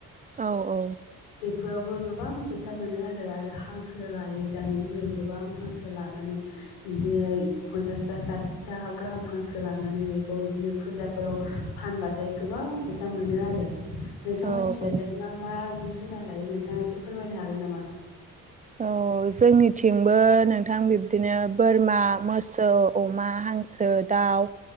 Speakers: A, on the right; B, on the left.
A: औ औ
B: बेफोरावबो गोबां फैसा मोनो आरो आरो हांसो लायो दानि दिनाव गोबां हांसो लानानै इदिनो पन्सासथा साथिथा गाहाम हांसो लानानै बेखौ बिदिनो फुजाफोराव फानबाथाय गोबां फैसा मोनो आरो नोंथां
A: औ
B: मोनथिनालाय
A: औ
B: मा मा? जिब -जुनार लायो नोंथाङा एसे फोरमायनो हागोन नामा?
A: औ जोंनिथिंबो नोंथां बिब्दिनो बोरमा मोसौ अमा हांसो दाउ